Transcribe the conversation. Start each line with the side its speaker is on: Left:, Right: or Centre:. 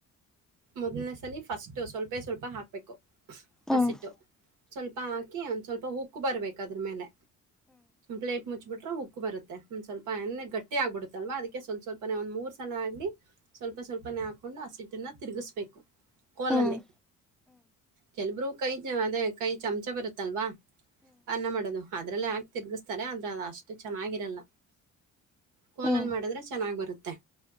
Right: ಮೊದ್ಲನೇ ಸಲ ಫಸ್ಟ್ ಸ್ವಲ್ಪೇ ಸ್ವಲ್ಪ ಹಾಕ್ಬೇಕು
Centre: ಹ್ಮ್
Right: ಹಸಿಟ್ಟು
Centre: ಹ್ಮ್ ಹ್ಮ್ ಹ್ಮ್
Right: ಸ್ವಲ್ಪ ಹಾಕಿ ಒಂದ ಸ್ವಲ್ಪ ಉಪ್ಪ ಕ್ಕು ಬರ್ಬೇಕು ಅದ್ರ ಮೇಲೆ ಪ್ಲೇಟ್ ಮುಚ್ಚ ಬ ಬಿಟ್ರೆ ಉಕ್ಕು ಬರುತ್ತೆ ಒಂದ್ ಸ್ವಲ್ಪ ಎಣೆ ಗಟ್ಟಿ ಆಗ್ಬಿಡುತ್ತಲ್ವಾ ಅದಕ್ಕೆ ಸ್ವಲ್ಪ ಸ್ವಲ್ಪ ಒಂದ್ ಮೂರ್ ಸಲ ಆಗ್ಲಿ ಸ್ವಲ್ಪ ಸ್ವಲ್ಪನೇ ಹಾಕ್ಕೊಂಡು ಆಸಿಡನ್ನು ತಿರುಗಿಸ್ಬೇಕು ಕೋಲಲ್ಲೇ
Centre: ಹ್ಮ್ ಹ್ಮ್ ಹ್ಮ್ ಹ್ಮ್
Right: ಕೆಲಬರು ಕೈ ಅದೇ ಕೈ ಚಮಚ ಬರುತ್ತಲ್ವಾ ಅನ್ನ ಮಾಡೋದು ಅದರಲ್ಲೇ ಹಾಕಿ ತಿರುಗಿಸ್ತಾರೆ ಆದರೆ ಅದು ಅಷ್ಟು ಚೆನ್ನಾಗಿರಲ್ಲ ಕೋಲಲ್
Centre: ಹ್ಮ್
Right: ಮಾಡಿದ್ರೆ ಚೆನ್ನಾಗ್ ಬರುತ್ತೆ